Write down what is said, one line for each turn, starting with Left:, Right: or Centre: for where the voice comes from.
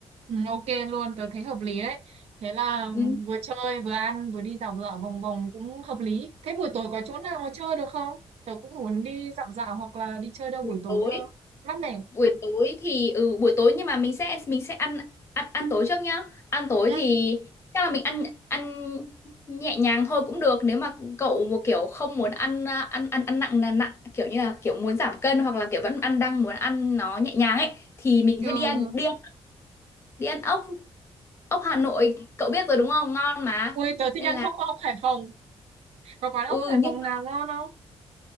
Right: Ừ, Ok luôn, tớ thấy hợp lý đấy. Thế là
Left: ừ.
Right: vừa chơi, vừa ăn, vừa đi dạo dạo vòng vòng cũng hợp lý. Thế buổi tối có chỗ nào chơi được không? Tớ cũng muốn đi dạo dạo hoặc là đi chơi đâu
Left: buổi
Right: buổi tối
Left: tối
Right: cho mát mẻ.
Left: buổi
Right: Ừ.
Left: tối thì ừ buổi tối nhưng mà mình sẽ mình sẽ ăn ăn ăn tối trước nhá ăn tối
Right: Ừ.
Left: thì chắc là mình ăn ăn nhẹ nhàng thôi cũng được nếu mà cậu một kiểu không muốn ăn à, ăn ăn ăn nặng là nặng kiểu như là kiểu muốn giảm cân hoặc là kiểu vẫn ăn đang muốn ăn nó nhẹ nhàng ấy thì mình
Right: ừ.
Left: sẽ đi ăn đi ăn, đi ăn ốc ốc Hà Nội cậu biết rồi đúng không ngon mà
Right: Ui, tớ thích
Left: nên
Right: ăn
Left: là
Right: hốc ốc Hải Phòng. Có quán
Left: ừ
Right: ốc Hải
Left: nhưng
Right: Phòng nào ngon không?